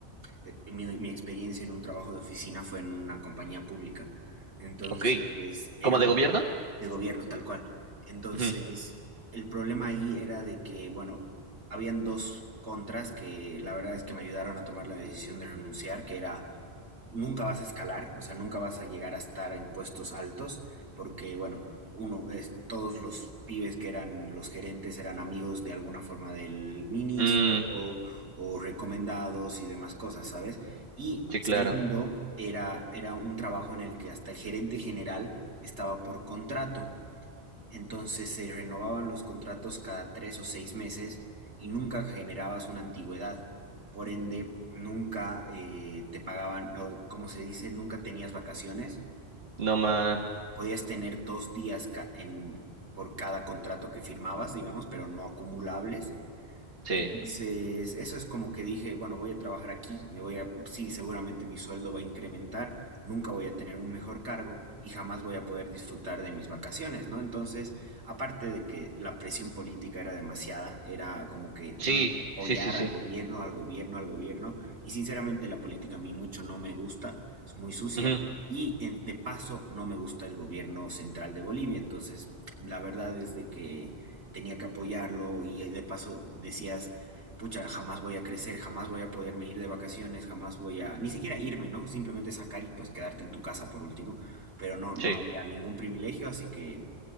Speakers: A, on the right (about 85°); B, on the right (about 60°).
A: eh, mi, mi experiencia en un trabajo de oficina fue en una compañía pública. Entonces,
B: Ok.
A: era
B: ¿Como
A: una
B: de gobierno?
A: de gobierno, tal cual. Entonces,
B: Ujú.
A: el problema ahí era de que, bueno, habían dos contras que la verdad es que me ayudaron a tomar la decisión de renunciar, que era nunca vas a escalar, o sea, nunca vas a llegar a estar a impuestos altos, porque, bueno, uno es todos los pibes que eran los gerentes eran amigos de alguna forma del ministro,
B: Mm,
A: o recomendados y demás cosas, ¿sabes? Y
B: sí,
A: segundo,
B: claro.
A: era, era un trabajo en el que hasta el gerente general estaba por contrato. Entonces se renovaban los contratos cada tres o seis meses y nunca generabas una antigüedad. Por ende, nunca eh, te pagaban, no, como se dice, nunca tenías vacaciones.
B: No más.
A: Podías tener dos días ca- en, por cada contrato que firmabas, digamos, pero no acumulables.
B: Sí.
A: Entonces, eso es como que dije, bueno, voy a trabajar aquí, me voy a, sí, seguramente mi sueldo va a incrementar, nunca voy a tener un mejor cargo y jamás voy a poder disfrutar de mis vacaciones, ¿no? Entonces, aparte de que la presión política era demasiada, era como que tienes
B: Sí,
A: que apoyar
B: sí, sí, sí.
A: al gobierno, al gobierno, al gobierno, y sinceramente la política a mí mucho no me gusta, es muy sucia,
B: Ujú,
A: y en- de paso no me gusta el gobierno central de Bolivia, entonces, la verdad es de que tenía que apoyarlo y de paso decías, pucha, jamás voy a crecer, jamás voy a poderme ir de vacaciones, jamás voy a, ni siquiera irme, ¿no? Simplemente sacar y pues quedarte en tu casa por último, pero no, no
B: Sí.
A: había ningún privilegio, así que